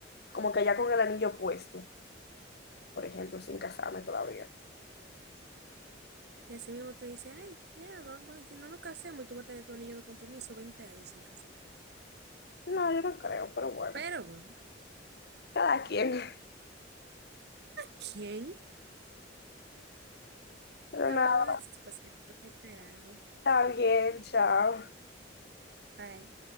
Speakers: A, on the left; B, on the right.
A: como que ya con el anillo puesto. por ejemplo, sin casarme todavía.
B: Y así mismo te dice, ay, ya, vamos, no nos casemos y tú vas a tener tu anillo de compromiso 20 años sin casar.
A: No, yo no creo, pero bueno,
B: Pero bueno,
A: cada quien. <laughs>
B: ¿quién?
A: Pero
B: Hablamos
A: nada,
B: después que tengo que hacer algo.
A: está bien, chao.
B: Bye.